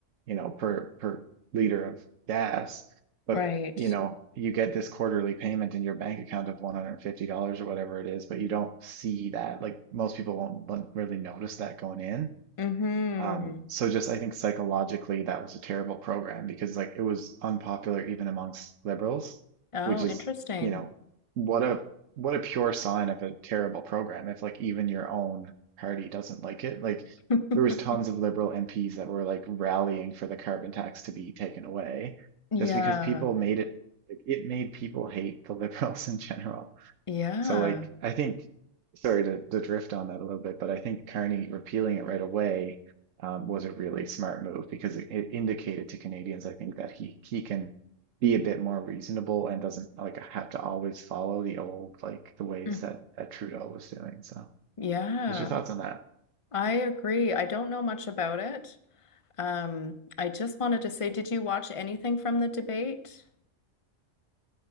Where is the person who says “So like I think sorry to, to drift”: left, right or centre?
Right